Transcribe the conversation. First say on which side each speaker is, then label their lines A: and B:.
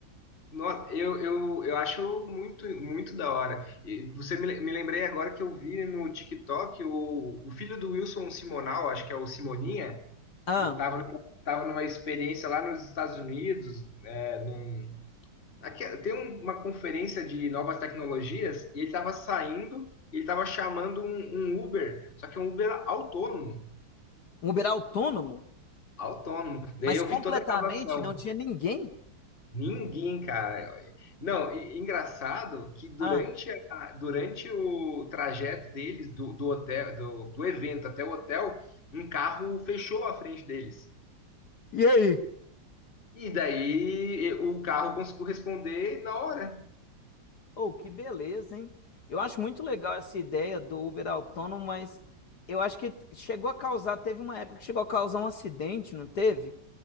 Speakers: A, on the left; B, on the left.
A: nossa, eu, eu, eu acho muito, muito da hora. E você me, le- me lembrei agora que eu vi no TikTok o, o filho do Wilson Simonal, acho que é o Simoninha.
B: Ah,
A: Estava Tava, numa- tava numa experiência lá nos Estados Unidos, é, num- aqui- tem um- uma conferência de novas tecnologias e ele estava saindo e ele estava chamando um, um Uber, só que é um Uber autônomo,
B: um Uber autônomo,
A: autônomo. Daí
B: mas
A: eu
B: completamente
A: vi toda a gravação.
B: não tinha ninguém.
A: Ninguém, cara. Não, e- engraçado que durante,
B: Ah,
A: a- durante o trajeto deles, do, do hotel, do, do evento até o hotel, um carro fechou a frente deles.
B: E aí?
A: E daí e- o carro conseguiu responder na hora.
B: oh, que beleza, hein? Eu acho muito legal essa ideia do Uber autônomo, mas eu acho que chegou a causar, teve uma época que chegou a causar um acidente, não teve?